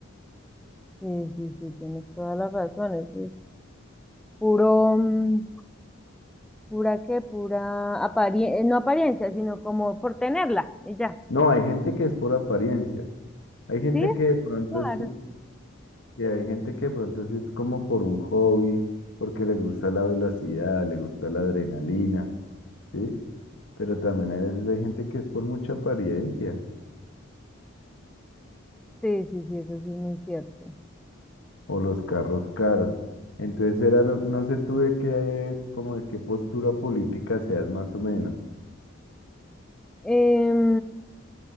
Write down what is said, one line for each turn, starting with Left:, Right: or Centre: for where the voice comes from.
Centre: Sí, sí, sí, tienes todas las razones. Es puro, mm, pura qué, pura apariencia, no apariencia, sino como por tenerla y ya.
Left: No, hay gente que es por apariencia. Hay gente
Centre: ¿Sí?
Left: que de pronto
Centre: Claro.
Left: sí Y hay gente que de pronto sí es como por un hobby, porque le gusta la velocidad, le gusta la adrenalina, ¿sí? Pero también hay veces hay gente que es por mucha apariencia
Centre: Sí, sí, sí, eso sí es muy cierto.
Left: o los carros caros. Entonces era lo- no sé tú de qué, como de qué postura política seas más o menos.
Centre: Em,